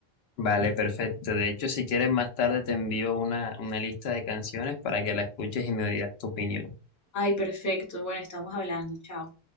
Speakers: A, on the left; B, on the left.
A: Vale, perfecto. De hecho, si quieres más tarde te envío una, una lista de canciones para que la escuches y me digas tu opinión.
B: Ay, perfecto. Bueno, estamos hablando. Chao.